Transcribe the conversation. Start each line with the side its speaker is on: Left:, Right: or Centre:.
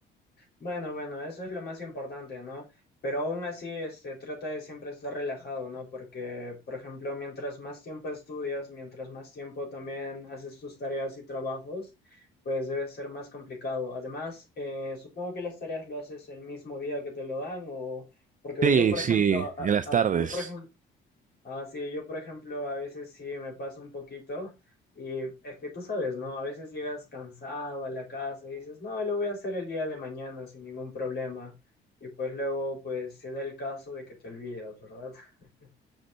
Left: Bueno, bueno, eso es lo más importante, ¿no? Pero aún así, este, trata de siempre estar relajado, ¿no? Porque, por ejemplo, mientras más tiempo estudias, mientras más tiempo también haces tus tareas y trabajos, pues debe ser más complicado. Además, eh, supongo que las tareas lo haces el mismo día que te lo dan o... Porque
Right: Sí,
Left: yo, por
Right: sí,
Left: ejemplo, a-
Right: en las
Left: a-
Right: tardes.
Left: yo, por ejemplo, Ah, sí, yo por ejemplo a veces sí me pasa un poquito y es que tú sabes, ¿no? A veces llegas cansado a la casa y dices, no, lo voy a hacer el día de mañana sin ningún problema y pues luego pues se da el caso de que te olvidas, ¿verdad? <laughs>